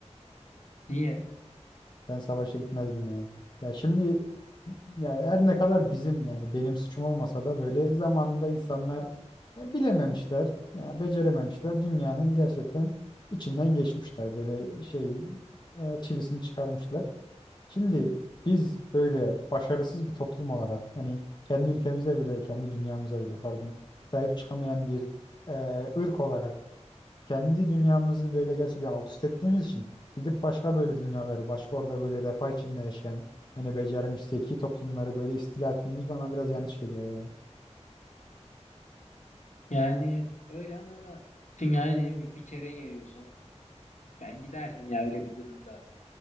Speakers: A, on the left (about 85°); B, on the left (about 40°).
A: Niye?
B: Ben savaşa gitmezdim yani. Ya şimdi ya her ne kadar bizim yani benim suçum olmasa da böyle zamanında insanlar e, bilememişler, ya becerememişler. Dünyanın gerçekten içinden geçmişler. Böyle şey e, çivisini çıkarmışlar. Şimdi biz böyle başarısız bir toplum olarak hani kendi ülkemize bile kendi dünyamıza bile pardon sahip çıkamayan bir e, ırk olarak kendi dünyamızı böyle gerçekten alt üst ettiğimiz için gidip başka böyle dünyaları başka orada böyle refah içinde yaşayan hani becermiş zeki toplumları böyle istila etmemiz bana biraz yanlış geliyor yani.
A: Yani öyle ama dünyaya dediğim gibi bir kere geliyorsun. Ben giderdim ya öyle bir durumda.